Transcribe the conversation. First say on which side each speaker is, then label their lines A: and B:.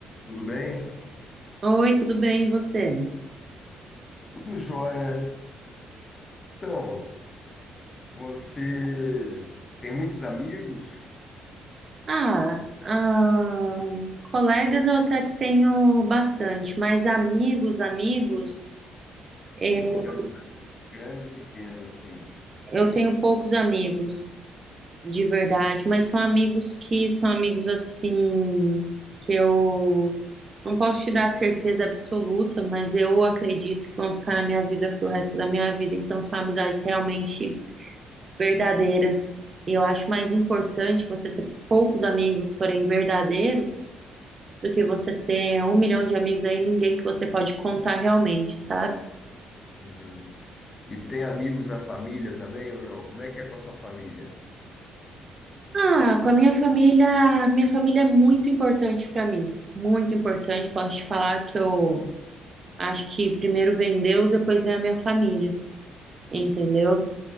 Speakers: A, on the left; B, on the right.
A: Tudo bem?
B: Oi, tudo bem, e você?
A: Tudo jóia. Então, você tem muitos amigos?
B: Ah, ah, colegas eu até que tenho bastante, mas amigos, amigos, eu,
A: Círculo de amizade grande ou pequeno, assim?
B: eu tenho poucos amigos, de verdade, mas são amigos que são amigos assim, que eu não posso te dar certeza absoluta, mas eu acredito que vão ficar na minha vida pro resto da minha vida, então são amizades realmente verdadeiras. E eu acho mais importante você ter poucos amigos, porém verdadeiros do que você ter um milhão de amigos aí, ninguém que você pode contar realmente, sabe?
A: Uhum. E tem amigos na família também ou não? Como é que é com a sua família?
B: Ah, com a minha família, minha família é muito importante pra mim, muito importante. Posso te falar que eu acho que primeiro vem Deus, depois vem a minha família, entendeu?